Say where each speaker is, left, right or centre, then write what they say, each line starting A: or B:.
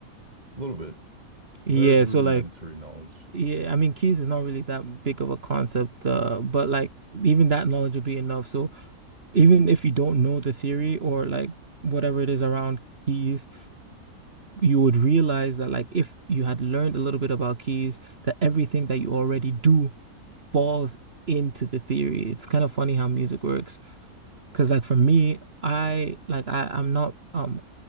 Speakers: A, on the right (about 25°); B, on the right (about 40°).
A: A little bit.
B: Yeah,
A: Very rudimentary
B: so like
A: knowledge.
B: yeah, I mean keys is not really that big of a concept, uh, but like even that knowledge will be enough. So even if you don't know the theory or like whatever it is around keys, you would realize that like if you had learned a little bit about keys, that everything that you already do falls into the theory. It's kind of funny how music works. Cause like for me, I like I, I'm not um,